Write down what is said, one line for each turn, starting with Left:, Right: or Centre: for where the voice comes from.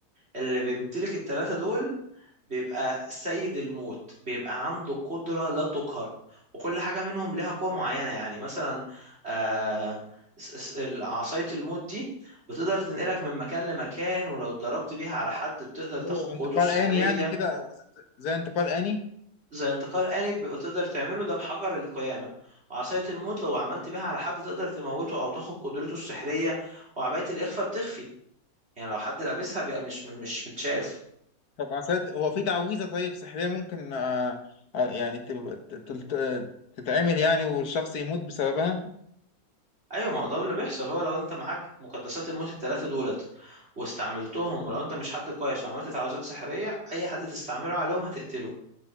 Right: اللي بيمتلك التلاتة دول بيبقى سيد الموت بيبقى عنده قدرة لا تقهر وكل حاجة منهم لها قوة معينة يعني مثلا آه اس- اس- ال- عصاية الموت دي بتقدر تنقلك من مكان لمكان ولو اتضربت بيها على حد بتقدر
Left: اوه
Right: تاخد قوته
Left: انتقال
Right: السحرية
Left: آني يعني كده أو ز- زي انتقال آني
Right: زي انتقال آني ب- تقدر تعمله ده بحجر القيامة وعصاية الموت لو عملت بيها على حد تقدر تموته أو تاخد قدرته السحرية وعباية الإخفاء بتخفي يعني لو حد لابسها بيبقى مش مش متشاف
Left: طب عساد هو في تعويذة طيب سحرية ممكن آه آه، يعني تب- ت- تلت- تتعمل يعني والشخص يموت بسببها
Right: أيوة ما هو ده اللي بيحصل هو لو أنت معاك مقدسات الموت التلاتة دولت واستعملتهم ولو أنت مش حد كويس وعملت تعويذات سحرية أي حد تستعمله عليهم هتقتله